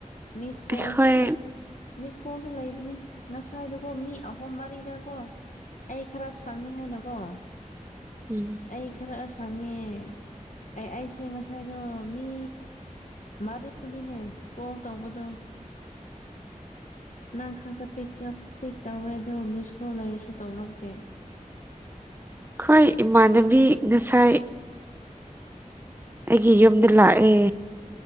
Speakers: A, on the left; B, on the right.
A: ꯃꯤꯁ ꯀꯣꯜ
B: ꯑꯩꯈꯣꯏ
A: ꯁꯨ ꯂꯥ ꯃꯤꯁ ꯀꯣꯜꯁꯨ ꯂꯩꯕꯅꯤ ꯉꯁꯥꯏꯗꯨꯀꯣ ꯃꯤ ꯑꯍꯨꯝ ꯃꯔꯤꯗꯀꯣ ꯑꯩ ꯈꯔ ꯁꯪꯉꯦ ꯍꯥꯏꯅꯀꯣ
B: ꯎꯝ
A: ꯑꯩ ꯈꯔ ꯁꯪꯉꯦ ꯑꯩ ꯑꯩꯁꯦ ꯉꯁꯥꯏꯗꯣ ꯃꯤ ꯃꯥꯗꯤ ꯗꯤꯅꯦ ꯀꯣꯜ ꯇꯧꯕꯗꯣ ꯅꯪ ꯈꯛꯇ ꯄꯤꯛꯎꯞ ꯄꯤꯛ ꯇꯧꯋꯦ ꯑꯗꯣ ꯃꯤꯁ ꯀꯣꯜ ꯂꯩꯔꯁꯨ ꯇꯧꯔ ꯇꯦ
B: ꯈꯣꯏ ꯏꯃꯥꯟꯅꯕꯤ ꯉꯁꯥꯏ ꯑꯩꯒꯤ ꯌꯨꯝꯗ ꯂꯥꯛꯑꯦ